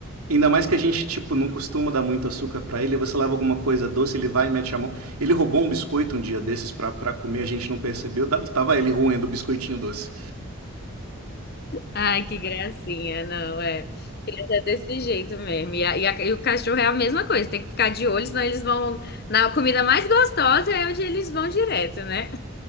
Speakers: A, on the right (about 80°); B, on the left (about 45°).
A: Ainda mais que a gente, tipo, não costuma dar muito açúcar pra ele, você leva alguma coisa doce, ele vai e mete a mão. Ele roubou um biscoito um dia desses pra, pra comer, a gente não percebeu, tava ele roendo o biscoitinho doce.
B: Ai, que gracinha, não, é. Criança é desse jeito mesmo. E, a- e, a- e o cachorro é a mesma coisa, tem que ficar de olho, senão eles vão na comida mais gostosa, é onde eles vão direto, né?